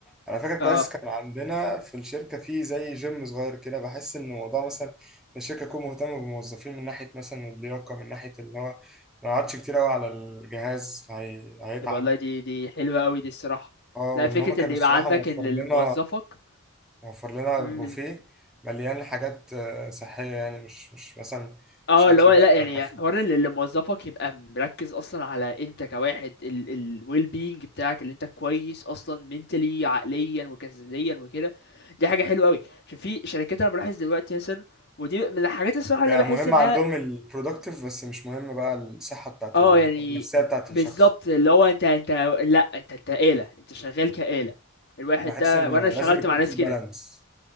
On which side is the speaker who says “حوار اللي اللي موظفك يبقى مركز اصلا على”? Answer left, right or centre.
Left